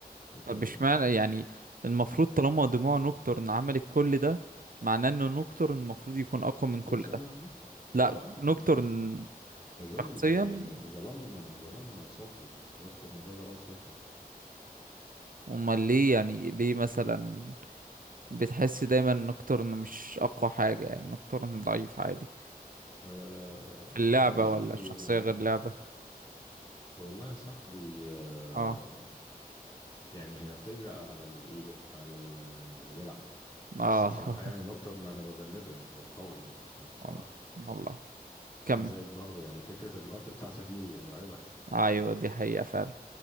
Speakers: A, on the left (about 30°); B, on the right (about 60°).
A: يقال
B: طب اشمعنى
A: يعني
B: يعني المفروض طالما دموع نوكتورن عملت كل ده معناه انه نوكتورن المفروض يكون اقوى من كل
A: جزء
B: ده
A: من الروح
B: لا
A: آه
B: نوكتورن
A: آه أكيد ظل
B: شخصيا
A: آه يعني ظلام ظلام صافي نكتر إن ده ظلام صافي
B: امال ليه يعني ليه مثلا بتحس دايما ان نوكتورن مش اقوى حاجة يعني نوكتورن ضعيف عادي
A: آه آه،
B: في اللعبة
A: آه، والله يا صاحبي
B: ولا الشخصية
A: آه،
B: غير لعبة
A: والله يا صاحبي آه،
B: اه
A: يعني هي بتجرأ على الايه على ال- اللي بيلعب
B: اه
A: بس بصراحة
B: <laughs>
A: يعني نوكتورن انا ببنده يعني هو قوي يعني بصراحة
B: والله والله. كمل
A: زائد برضه يعني فكرة الالت بتاعته دي مرعبة <laughs>
B: ايوه دي حقيقة فعلا